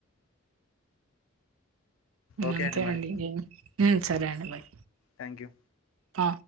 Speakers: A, on the left (about 70°); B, on the right (about 80°).
A: ఓకే
B: అంతే
A: మరి
B: అండి సరే అండి బయ్
A: థ్యాంక్యూ
B: ఆ